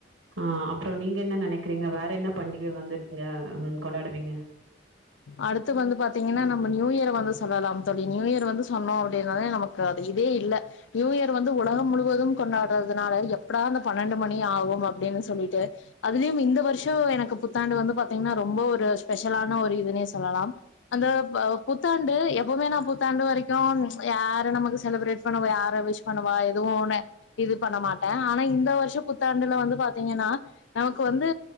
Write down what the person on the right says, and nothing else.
அ அப்றோ நீங்கென்ன நெனைக்றீங்க வேறன்ன பண்டிக வந்துட் இங்க ம் கொண்டாடுவீங்க